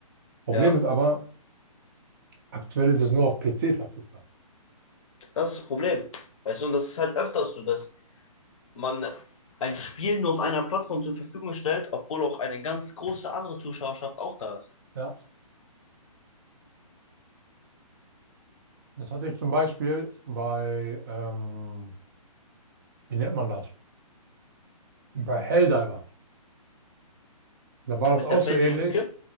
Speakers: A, on the right; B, on the left.
A: Problem
B: Ja,
A: ist aber, aktuell ist es nur auf PC verfügbar.
B: das ist das Problem. Weißt du, und das ist halt öfters so, dass man ein Spiel nur auf einer Plattform zur Verfügung stellt, obwohl auch eine ganz große andere Zuschauerschaft auch da ist.
A: Ja, das hatte ich zum Beispiel bei, ähm, wie nennt man das? Bei Helldivers. Da war das
B: Mit
A: auch
B: der PlayStation
A: so ähnlich,
B: vier